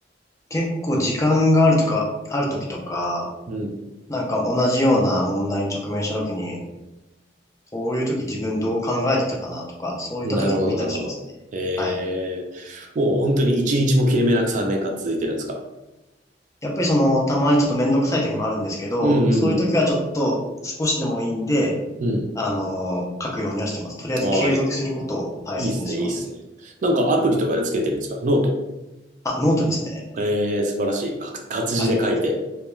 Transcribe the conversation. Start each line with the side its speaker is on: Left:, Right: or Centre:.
Left: 結構時間があるとか、ある時とか、
Right: うん。
Left: なんか同じような問題に直面した時に、こういう時自分どう考えてたかなとか、そういった時に見たりしますね。
Right: なるほど、なるほど。えー、
Left: はい。
Right: もう本当に一日も切れ目なく3年間続いてるんですか
Left: やっぱりその、たまにちょっとめんどくさい時もあるんですけど、
Right: うんうん
Left: そういう時はちょっと少しでもいいんで、
Right: うん。うん。
Left: あの書くようにはしてます。とりあえず継続することを大切にします。
Right: ああ、いいっすね、いいっすね。なんかアプリとかでつけてるんですかノート。
Left: あ、ノートですね。
Right: えー、素晴らしい。か活字で書いて。
Left: はい。